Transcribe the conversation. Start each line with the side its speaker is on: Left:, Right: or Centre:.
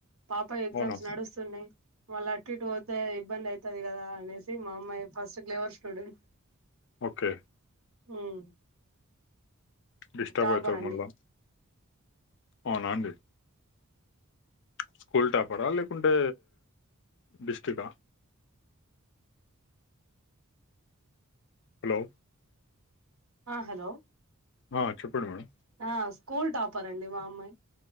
Right: పాపయ్ ఎగ్జామ్స్
Left: అవునా
Right: నడుస్తున్నయ్. వాళ్ళ అటు ఇటు పోతే ఇబ్బంది ఐతది కదానేసి మా అమ్మాయి ఫస్ట్ క్లేవర్ స్టూడెంట్.
Left: ఓకే.
Right: ఉమ్.
Left: డిస్టర్బ్
Right: టాపర్
Left: అయితరు
Right: అండి
Left: మళ్ళా అవునాండి. ప్చ్ స్కూల్ టాపరా లేకుంటే డిస్టికా. హలో.
Right: ఆహ్ హలో.
Left: ఆహ్ చెప్పండి మేడం.
Right: ఆ స్కూల్ టాపరండి మా అమ్మాయి.